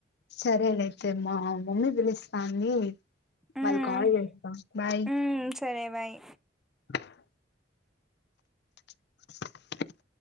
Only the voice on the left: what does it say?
సరేలే అయితే మా మమ్మీ పిలుస్తోంది
మళ్లీ కాల్ చేస్తా బాయ్
<inaudible> <inaudible>